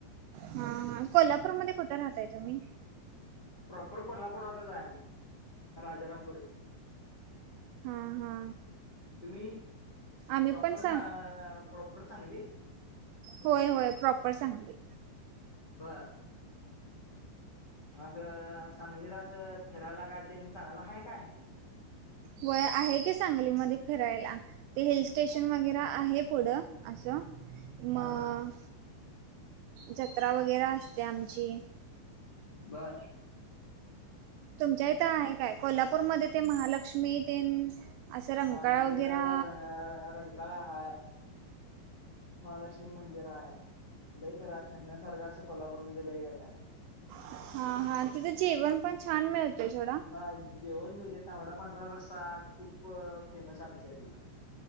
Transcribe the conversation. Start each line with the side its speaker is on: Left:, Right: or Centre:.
Right: हा. हा. कोल्हापूरमध्ये कुठं राहताय तुम्ही?
Left: प्रॉपर कोल्हापुरातच हाय आमी राजारामपूरीत.
Right: हा. हा.
Left: तुम्ही
Right: आम्ही
Left: प्रॉपर
Right: पण सांग
Left: सा - -प्रॉपर सांगली.
Right: होय. होय. प्रॉपर सांगली.
Left: बरं. आसं सांगलित असं फिरायला काय तेन चांगल हाय काय?
Right: वय आहे की सांगलीमध्ये फिरायला. ते हिल स्टेशन वगैरे आहेत. पुढं असं म.
Left: हा हा
Right: जत्रा वगैरे असते आमची.
Left: बरं.
Right: तुमच्या इथं आहे काय? कोल्हापूरमध्ये -- ते महालक्ष्मी तेन, असं रंकाळा
Left: आमच्या
Right: वगैरा.
Left: इथं <unintelligible> रं काळा हाय. महालक्ष्मी मंदिर हाय. लई फिरा फिरण्यासारखं असं कोल्हापूरमध्ये लई काय काय हाय.
Right: हा. हा. तिथं जेवण पण छान मिळतंय सोडा.
Left: हा. जेवण मिळतयं तांबडा पांढरा रस्सा खूप फेमस आहे आमच्या इथला.